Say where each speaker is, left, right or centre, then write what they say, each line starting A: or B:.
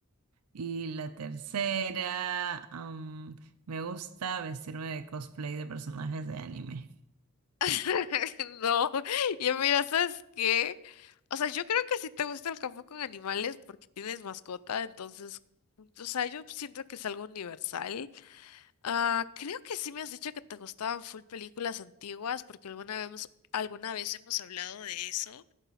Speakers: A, on the right (about 80°); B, on the left (about 80°).
A: Y la tercera, am, me gusta vestirme de cosplay de personajes de anime.
B: <laughs> No, y mira, ¿sabes qué? O sea, yo creo que si te gusta el campo con animales porque tienes mascota, entonces, o sea, yo siento que es algo universal. Ah, creo que sí me has dicho que te gustaban full películas antiguas porque alguna vez, alguna vez hemos hablado de eso,